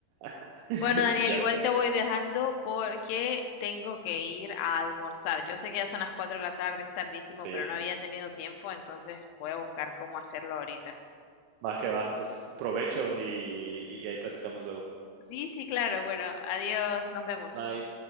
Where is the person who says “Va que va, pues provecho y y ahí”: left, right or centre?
Right